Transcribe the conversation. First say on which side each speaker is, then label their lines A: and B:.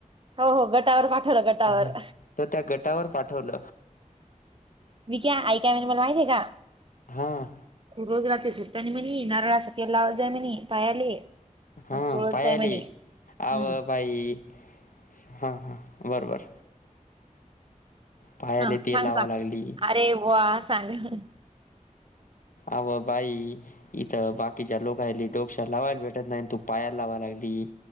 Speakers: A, on the right (about 40°); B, on the left (about 75°).
A: हो हो गटावर पाठवल गटावर.
B: हां, तर त्या गटावर पाठवल.
A: वीक्या आई काय म्हणे मला माहित आहे का?
B: हां,
A: रोज रात्री झोपताना म्हणी, नारळाच तेल लावत जाय म्हणी पायाले.
B: हम्म
A: आणि चोळत
B: पायाले,
A: जाय म्हणे
B: आव
A: हम्म
B: बाई हा हा बरोबर. पायाले
A: हा सांग
B: तेल लावा
A: सांग.
B: लागली.
A: अरे बुवा सांग.
B: अव बाई इथ बाकीच्या लोकहिली डोक श्याला लावायला भेटत नाही. आण तू पायाला लावाय लागली.